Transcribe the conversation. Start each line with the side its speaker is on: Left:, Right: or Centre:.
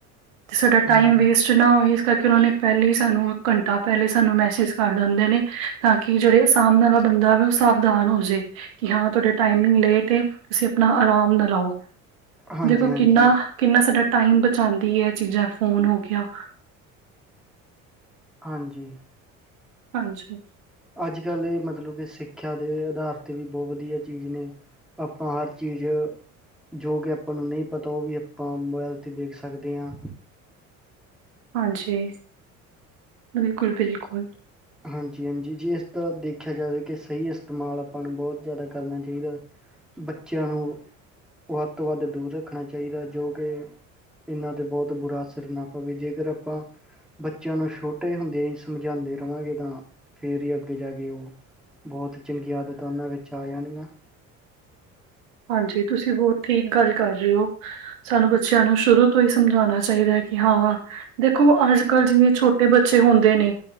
Right: ਤੇ ਸਾਡਾ
Centre: ਹਾਂਜੀ
Right: ਟਾਈਮ ਵੇਸਟ। ਨਾ ਹੋਏ ਇਸ ਕਰਕੇ ਉਹ ਨੇ ਪਹਿਲੇ ਹੀ ਸਾਨੂੰ ਘੰਟਾ ਪਹਿਲੇ ਸਾਨੂੰ ਮੈਸੇਜ ਕਰ ਦਿੰਦੇ ਨੇ। ਤਾਂ ਕਿ ਜਿਹੜੇ ਸਾਮਣੇ ਵਾਲਾ ਬੰਦਾ ਉਹ ਸਾਵਧਾਨ ਹੋ ਜਾਏ। ਜਾਂ ਤੁਹਾਡਾ ਟਾਈਮਿੰਗ ਲੇਟ ਏ ਤੁਸੀਂ ਆਪਣਾ ਆਰਾਮ ਨਾਲ ਆਓ।
Centre: ਹਾਂਜੀ
Right: ਦੇਖੋ
Centre: ਹਾਂਜੀ
Right: ਕਿੰਨਾ ਕਿੰਨਾ ਸਾਡਾ ਟਾਈਮ ਬਚਾਉਂਦੀ ਹੈ ਇਹ ਚੀਜ਼ਾਂ ਫੋਨ ਹੋ ਗਿਆ।
Centre: ਹਾਂਜੀ।
Right: ਹਾਂਜੀ।
Centre: ਅੱਜ ਕੱਲ੍ਹ ਇਹ ਮਤਲਬ ਕਿ ਸਿੱਖਿਆ ਦੇ ਆਧਾਰ ਤੇ ਵੀ ਬਹੁਤ ਵਧੀਆ ਚੀਜ਼ ਨੇ। ਆਪਾਂ ਹਰ ਚੀਜ਼। ਜੋ ਕਿ ਆਪਾਂ ਨੂੰ ਨਹੀਂ ਪਤਾ ਉਹ ਵੀ ਆਪਾਂ ਮੋਬਾਇਲ ਤੇ ਦੇਖ ਸਕਦੇ ਹਾਂ।
Right: ਹਾਂਜੀ। ਬਿਲਕੁਲ ਬਿਲਕੁਲ।
Centre: ਹਾਂਜੀ ਹਾਂਜੀ ਜੇ ਇਸਦਾ ਦੇਖਿਆ ਜਾਵੇ ਕਿ ਸਹੀ ਇਸਤੇਮਾਲ ਆਪਾਂ ਨੂੰ ਬਹੁਤ ਜ਼ਿਆਦਾ ਕਰਨਾ ਚਾਹੀਦਾ। ਬੱਚਿਆਂ ਨੂੰ, ਵੱਧ ਤੋਂ ਵੱਧ ਦੂਰ ਰੱਖਣਾ ਚਾਹੀਦਾ ਜੋ, ਕਿ ਇਹਨਾਂ ਤੇ ਬਹੁਤ ਬੁਰਾ ਅਸਰ ਨਾ ਪਵੇ। ਜੇਕਰ ਆਪਾਂ ਬੱਚਿਆਂ ਨੂੰ ਛੋਟੇ ਹੁੰਦੇ ਹੀ ਸਮਝਾਂਦੇ ਚਵਾਂਗੇ ਤਾਂ ਫਿਰ ਹੀ, ਅੱਗੇ ਜਾਕੇ ਉਹ, ਬਹੁਤ ਚੰਗੀਆ ਆਦਤਾ ਉਹਨਾਂ ਵਿੱਚ ਆ ਜਾਣਗੀਆਂ।
Right: ਹਾਂਜੀ ਤੁਸੀਂ ਬਹੁਤ ਠੀਕ ਗੱਲ ਕਰ ਰਹੇ ਹੋ। ਸਾਨੂੰ ਬੱਚਿਆਂ ਨੂੰ ਸ਼ੁਰੂ ਤੋਂ ਹੀ ਸਮਝਾਉਣਾ ਚਾਹੀਦਾ ਹੈ ਕਿ ਹਾਂ। ਦੇਖੋ ਅੱਜ ਕੱਲ੍ਹ ਜਿਵੇਂ ਛੋਟੇ ਬੱਚੇ ਹੁੰਦੇ ਨੇ।